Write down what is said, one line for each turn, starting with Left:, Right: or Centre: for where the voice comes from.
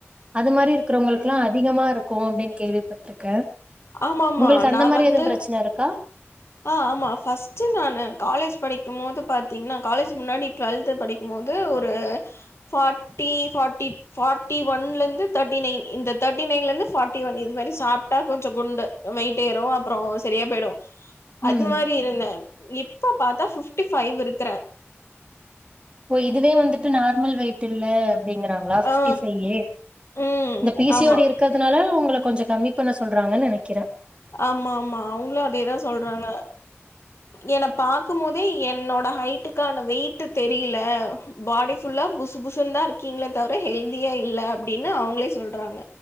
Right: அது மாரி இருக்குறவுங்களுக்லா அதிகமா இரு க்கு அப்டின் கேள்விப்பட்ருக்கே
Left: ஆமாமா
Right: உங்களுக்கு
Left: நா
Right: அந்த மாரி
Left: வந்து
Right: எதுவு பிரச்சன இருக்கா
Left: அ ஆமா ஃபஸ்ட்டு நானு காலேஜ் படிக்கும் போது பாத்தீங்னா காலேஜ் முன்னாடி ட்வெல்த்து படிக்கும் போது ஒரு ஃபார்ட்டி ஃபார்ட்டி ஃபார்ட்டி ஒன்லந்து தேட்டி நைன் இந்த தேட்டி நைன்லெந்து ஃபார்ட்டி ஒன் இது மாரி சாப்டா கொஞ்சொ குண்டு வெயிட் ஏறு அப்றோ சரியா போயிடு அது
Right: ம்
Left: மாரி இருந்தே இப்ப பாத்தா ஃபிப்டி ஃபைவ் இருக்குறே
Right: ஓ இதுவே வந்துட்டு நார்மல் வெயிட் இல்ல அப்படிங்குறாங்களா ஃபிப்ட்டி
Left: ஆ
Right: ஃபைவ்வே
Left: ம்
Right: இந்த பீ சி
Left: ஆமா.
Right: ஓடி இருக்குறதுனால ஒங்களுக்கு கொஞ்ச கம்மி பண்ண சொல்றாங்கன் நெனக்குறே
Left: ஆமா ஆமா அவுங்களு அதேதா சொல்றாங்க என்ன பா பாக்கும் போதே என்னோட ஹைட்டுக்கான வெய்டு தெரியல பாடி ஃபுல்லா புசு புசுனு தா இருக்கீங்களே தவிர ஹெல்தியா இல்ல அப்டின்னு அவுங்களே சொல்றாங்க